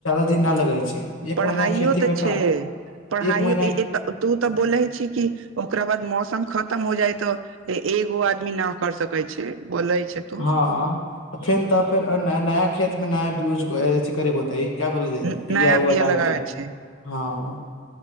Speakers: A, on the left; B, on the right.
A: द न लगै छै एक
B: पढ़ाइयो
A: महीना के खेती मे
B: तऽ छै पढ़ाइयो
A: एक महीना
B: इ इ त तू तऽ बोलै छी कि ओकरा बाद मौसम खतम हो जाय तऽ ए एगो आदमी न कर सकैत छै बोलै छै तू
A: हँ फेर तऽ फेर न नया खेत मे नया ब्यूज अथि करेके होते क्या बोल जाइ
B: न
A: बिया
B: नया
A: उआ
B: बीया
A: डाल
B: लगाबे
A: के
B: छै
A: हँ